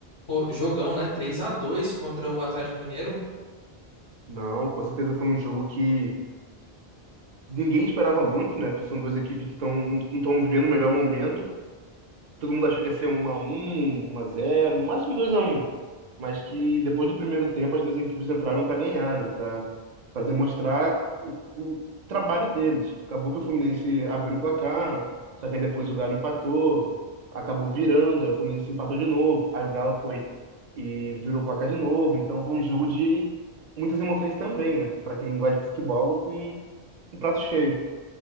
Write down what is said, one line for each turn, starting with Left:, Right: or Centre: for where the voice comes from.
Left: Pô, jogão, né? Três a dois contra o Atlético Mineiro.
Right: Não, com certeza foi um jogo que ninguém esperava muito, né? Porque são duas equipes que estão não estão vivendo o melhor momento. todo mundo achou que ia ser um a um um a zero no máximo dois a um Mas que depois do primeiro tempo as duas equipes entraram para ganhar, né? Para para demonstrar o, o trabalho deles. Acabou que o Fluminense abriu o placar, só que aí depois o Galo empatou, acabou virando, aí o Fluminense empatou de novo, aí o Galo foi e virou o placar de novo. Então foi um jogo de muitas emoções também, né? Para quem gosta de futebol, um, um prato cheio.